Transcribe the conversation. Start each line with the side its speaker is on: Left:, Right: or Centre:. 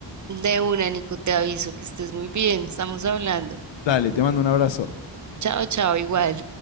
Right: De una, Nico, te aviso que estés muy bien, estamos hablando.
Left: Dale, te mando un abrazo.
Right: Chao, chao, igual.